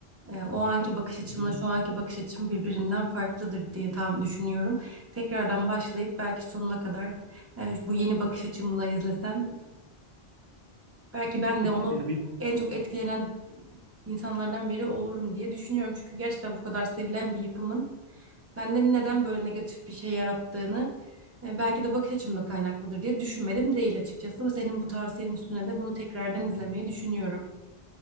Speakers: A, on the right (about 15°); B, on the right (about 80°).
A: Ee, o anki bakış açımla
B: Hı hı.
A: şu anki bakış açım birbirinden farklıdır diye tam düşünüyorum. Tekrardan başlayıp belki sonuna kadar e, bu yeni bakış açımla izlesem belki ben
B: Kesinlikle
A: de onu
B: yani
A: en çok etkilenen insanlardan biri olurum diye düşünüyorum. Çünkü gerçekten bu kadar sevilen bir yapımın bende neden böyle negatif bir şey yarattığını e, belki de bakış açımla kaynaklıdır diye düşünmedim değil açıkçası. Ve senin bu tavsiyenin üstüne de bunu tekrardan izlemeyi düşünüyorum.